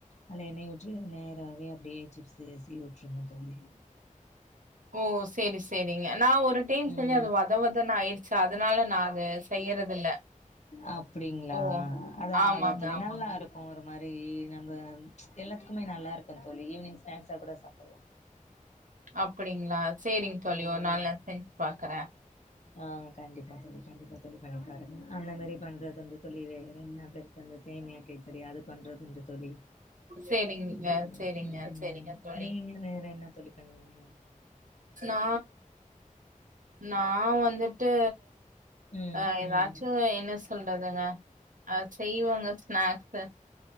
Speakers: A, on the left (about 55°); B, on the right (about 70°).
A: அதுல எண்ணெய ஊற்றி நேராவே அப்டியே சிப்ஸு சிவி வுட்டுருங்க தோழி
B: ஓ சேரி சேரிங்க நா ஒரு டைம்
A: ம்
B: செஞ்சு அது வத வதன்னு ஆயிருச்சு அதனால நா அது செய்யறதில்ல
A: அப் டீங்குளா
B: ஓ
A: அது ஆவாத்துலனா
B: ஆமாங்க ஆமாங்க
A: நல்லா இருக் ஒரு மாறி நம்ம எல்லாத்துக்குமே நல்லா இருக்கோ தோழி ஈவினிங் ஸ்நாக்ஸா கூட சாப்புட்லா
B: அப்புடிங்களா சேரிங்க தோழி
A: ம்
B: ஒரு நாள்
A: ம்
B: நா செஞ்சு பாக்குறே
A: ஆ கண்டிப்பா தோழி கண்டிப்பா தோழி பண்ணி பாருங்க அந்த மாறி பண்றதுண்டு தோழி வேற என்ன பெரு அந்த சேமியா கேசரி அது பண்றதுண்டு தோழி
B: சேரிங்க
A: ம்,
B: சேரிங்க
A: ம்.
B: செரிங்க தோழி
A: நீங்க வேற என்ன தோழி பண்ணுவீங்க
B: நா நா வந்துட்டு
A: ம்,
B: ஆ எதாச்சோ
A: ம்.
B: என்ன சொல்றதுங்க அ செய்வேங்க ஸ்நாக்ஸு